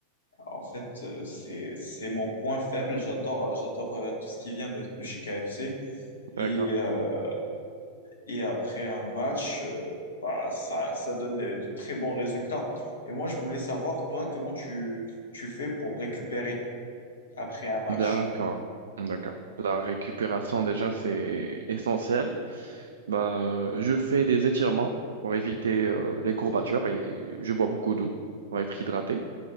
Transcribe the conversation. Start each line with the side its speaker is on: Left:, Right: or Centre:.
Left: En fait, euh, c'est, c'est mon point faible. J'adore, j'adore euh, tout ce qui vient de, de chez KFC. Et,
Right: D'accord.
Left: euh, et après un match, euh, bah, ça, ça donne des, de très bons résultats. Et moi, je voulais savoir, toi, comment tu, tu fais pour récupérer après un match?
Right: D'accord. D'accord. La récupération, déjà, c'est essentiel. Bah, euh, je fais des étirements pour éviter euh, les courbatures et je bois beaucoup d'eau pour être hydraté.